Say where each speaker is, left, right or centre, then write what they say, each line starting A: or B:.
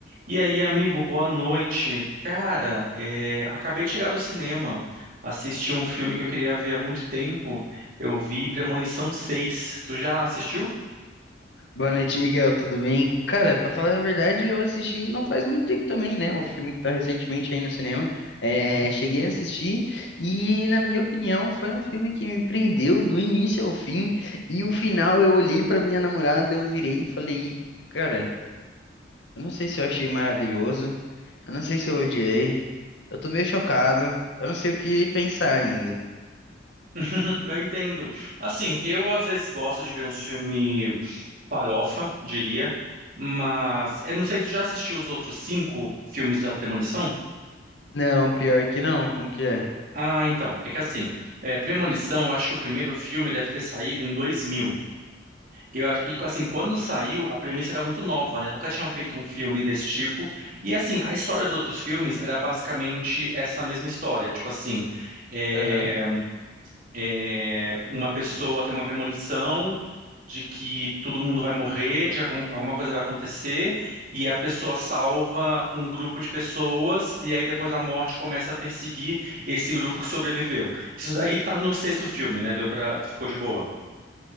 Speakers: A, on the right (about 50°); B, on the left (about 70°).
A: E aí, amigo, boa noite. Cara, é, acabei de chegar do cinema, assisti um filme que eu queria ver há muito tempo. Eu vi Premonição 6. Tu já assistiu?
B: Boa noite, Miguel. Tudo bem? Cara, pra falar a verdade, eu assisti não faz muito tempo também, né? O filme que tá recentemente aí no cinema. É,
A: Uhum.
B: cheguei a assistir e, na minha opinião, foi um filme que me prendeu do início ao fim. E o final, eu olhei pra minha namorada, eu virei e falei: Cara, eu não sei se eu achei maravilhoso, eu não sei se eu odiei, eu tô meio chocado, eu não sei o que pensar ainda.
A: <laughs> Eu entendo. Assim, eu às vezes gosto de ver uns filme farofa, diria, mas eu não sei, tu já assistiu os outros cinco filmes da Premonição?
B: Não, pior que não, como que é?
A: Ah, então, é que assim, é, Premonição, eu acho que o primeiro filme deve ter saído em 2000. Eu acho, e assim, quando saiu, a premissa era muito nova, né? nunca tinham feito um filme desse tipo. E assim, a história dos outros filmes era basicamente essa mesma história. Tipo assim, é,
B: Aham.
A: é, uma pessoa tem uma premonição de que todo mundo vai morrer, de algum- alguma coisa vai acontecer, e a pessoa salva um grupo de pessoas, e aí depois a morte começa a perseguir esse grupo que sobreviveu. Isso daí tá no sexto filme, né? Deu pra, ficou de boa.